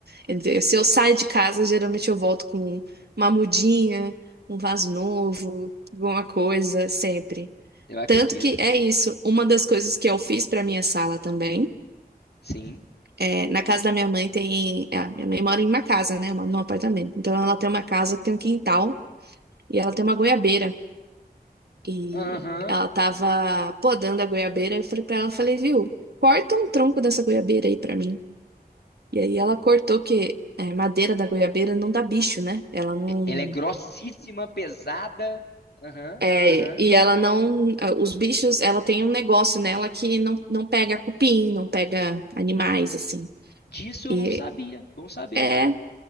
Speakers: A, on the right; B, on the left.
A: Quer dizer, Se eu saio de casa, geralmente eu volto com uma mudinha, um vaso novo, alguma coisa, sempre.
B: eu acredito,
A: Tanto que é isso, uma das coisas que eu fiz para minha sala também,
B: sim.
A: é, na casa da minha mãe tem, ah, minha mãe mora em uma casa, né, uma- num apartamento, então ela tem uma casa que tem um quintal e ela tem uma goiabeira. E
B: Aham.
A: ela tava podando a goiabeira. Eu falei pra ela, eu falei, viu, corta um tronco dessa goiabeira aí pra mim. E aí ela cortou que é, madeira da goiabeira não dá bicho, né? Ela não.
B: E- Ela é grossíssima, pesada. Aham,
A: É,
B: aham.
A: e ela não. ah, Os bichos, ela tem um negócio nela que não, não pega cupim, não pega animais, assim.
B: Disso eu
A: E
B: não sabia. Bom saber.
A: é.